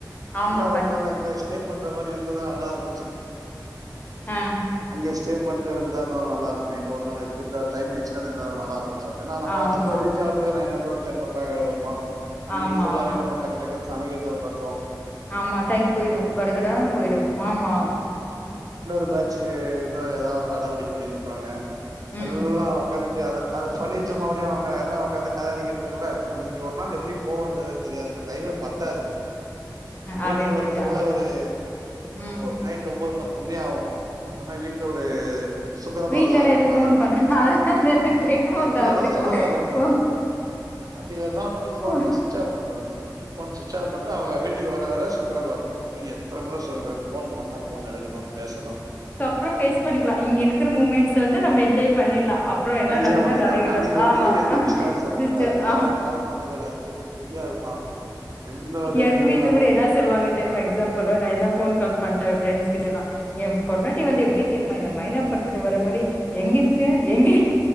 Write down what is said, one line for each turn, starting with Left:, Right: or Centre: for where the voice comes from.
Left: ஆமா
Right: இன்னு ஒரு நாள் அங்கே ஸ்டே பண்ற மாரி இந் தாதா நல்லா இருக்கு
Left: ஹ
Right: இங்க ஸ்டே பண்ட்டு வந்தா இன்னு நல்லா இருக்குமே இன்னு ஒரு நாளா இருந்துட்டு வர டைம் எக்ஸ்ட்ரா இருந்தா நல்லாருக்கு சோ அதென நம்ப
Left: ஆமா
Right: அங்க போய் ரீச் ஆவறுது nine o'clock ten o'clock ஆயிடுவமா அன்னைக்கு
Left: ஆமா
Right: ஃபுல்லாவே
Left: ஆமா
Right: நம்ம டக்கு டக்கு சமைக்கிறத பாத்தோ
Left: ஆமா டைம் போயிடு கடகடனு போயிடு ஆமா
Right: எந்தோரு பேட்ச் டே இன்னொ எதாது அடாவடி பண்ணினுப்பாங்க
Left: ம்
Right: எல்லா ஒக்காந்து ட்டு அத அத பண்ணிட்டு மறுபடியு ஒக்கா எல்லா ஒக்காந்து கத அடிகிறதுக்குல்ல அன்னக்கி ஒரு நாள் எப்டி போவுன்றதே தெரியாதுங்க டைமே பத்தாது வீட்டுக்கு
Left: அது என்னமோ
Right: வர்ரதுக்குள்ள
Left: ஜாலிதா
Right: ஒரு ஒ
Left: ம்
Right: நைட் ஒம்பொது பத் து மணி ஆவு உடனே வீட்ல ஒரு சுக்கரபாரதோ
Left: வீட்லலா
Right: ஆரம்பிப்பாங்க
Left: எது ஃபோன் பண்ண அது அதுதா கேக்க வந்த
Right: இல்ல
Left: அடுத்த
Right: அதா சொல்ல
Left: கா
Right: வர்ர
Left: ஓ
Right: அன்னக்கி ஒரு நாள் மட்டு ஃபோனெல்லா
Left: ஓ
Right: ஸ்விட்ச் ஆஃப் பண்றோங்க ஃபோன் ஸ்விட்ச ஆஃப் பண்ட்டு அவுங்க வீட்டுக்கு வர வர சுக்கரபாரதோ உன்ன எத்தன முற சொல்ற ஃபோன் பண்ணா ஃபோன எடுக்கணு பேசணு
Left: புறோ ஃபேஸ் பண்ணிக்கலா இங்க இருக்கிற முமெண்ட்ஸ் வந்து நம்ம என்ஜாய் பண்ணில்லா அப்புறோ என்ன
Right: என்ஜாய்
Left: நடக்குதோ
Right: பண்ணிடலாம்
Left: நடகட்டு
Right: அன்னைக்கு ஒரு
Left: ஆமா
Right: நாளைக்கு எந்த டிஸ்டர்பன்ஸும் இருக்கக்கூடாது
Left: ஸ்விட்சு
Right: யாரும்
Left: ஆ
Right: கால் பண்ணக்கூடாது கொஞ்சம் ஃப்ரீயா இருக்கலாம் எந்த ஒரு
Left: எங்க
Right: இதுவும்
Left: வீட்ல
Right: இல்லாம
Left: கூட என்ன சொல்வாங்க தெர்மா எக்ஸாம்பல்லா நா என்ன ஃபோன்கால் பண்ட ஃப்ரெண்ட்ஸ் கிட்டல்லா ஏ பொண்டா டி வந்து எப்டி தெரிமா இந்த மைனா பட்த்துல வர மாரி எங்கருக்க எங்க